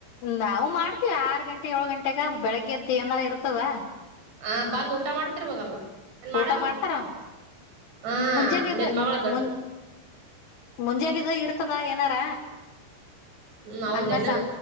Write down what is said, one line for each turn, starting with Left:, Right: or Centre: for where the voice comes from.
Left: ನಾವು ಮಾಡ್ತೀವಿ ಆರು ಗಂಟೆ ಏಳ್ ಗಂಟೆಗ ಬೆಳಿಗ್ಗೆ ಎದ್ದು ಏನಲ್ಲ ಇರ್ತದ
Right: ಹ ಬಂದ್ ಊಟ ಮಾಡ್ತಿರ್ಬೋದಲ್ಲ ಏನ್ ಮಾಡಲ್ಲ
Left: ಊಟ ಮಾಡ್ತಾರ
Right: ಹಾ
Left: ಮುಂಜಾನೆದು
Right: ನಿನ್ ಮಗಳ ದೊಡ್
Left: ಮುನ್ ಮುಂಜಾಲಿದ ಇರ್ತದ ಏನಾರ
Right: ಹ್ಮ್ ಹೌದೇನು
Left: ಅನ್ನಸ